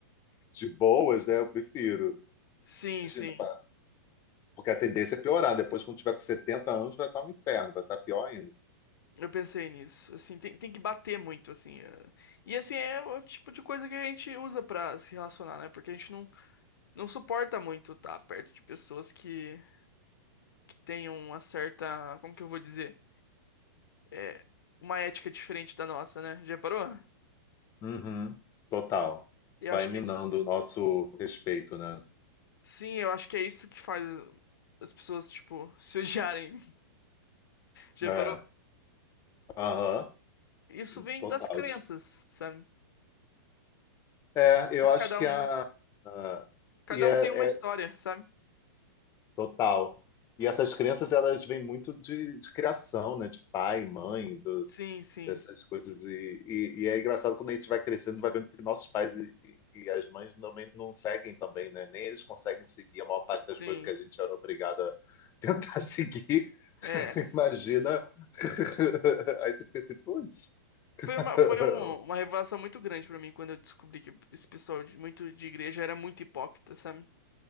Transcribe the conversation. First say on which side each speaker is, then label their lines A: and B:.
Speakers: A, on the left; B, on the left.
A: de boas, né? Eu prefiro.
B: sim,
A: Imagina,
B: sim.
A: pá, porque a tendência é piorar. Depois, quando tiver com 70 anos, vai estar um inferno, vai estar pior ainda.
B: Eu pensei nisso. Assim, tem, tem que bater muito, assim. ah. E assim, é o tipo de coisa que a gente usa pra se relacionar, né? Porque a gente não, não suporta muito estar perto de pessoas que, que tenham uma certa. Como que eu vou dizer? é, uma ética diferente da nossa, né? Já parou?
A: Uhum. Total.
B: Eu
A: Vai
B: acho
A: minando
B: que isso-
A: o nosso respeito, né?
B: sim, eu acho que é isso que faz as pessoas, tipo, se odiarem. <laughs> Já
A: É.
B: parou?
A: Aham.
B: Isso vem
A: Total.
B: das crenças, sabe?
A: É, eu
B: Mas
A: acho
B: cada
A: que
B: um,
A: a, a-
B: cada
A: e é,
B: um tem uma história,
A: é
B: sabe?
A: Total. E essas crenças, elas vêm muito de, de criação, né? De pai, mãe, do-
B: Sim, sim,
A: dessas coisas. E, e, e é engraçado quando a gente vai crescendo, vai vendo que nossos pais e, e- e as mães também não seguem também, né? Nem eles conseguem seguir a maior parte das
B: sim.
A: coisas que a gente era obrigado a tentar <laughs> seguir.
B: É.
A: Imagina. <laughs> Aí você pensa, putz.
B: Foi
A: <laughs>
B: uma, foi um- uma revelação muito grande pra mim quando eu descobri que esse pessoal de- muito de igreja era muito hipócrita, sabe?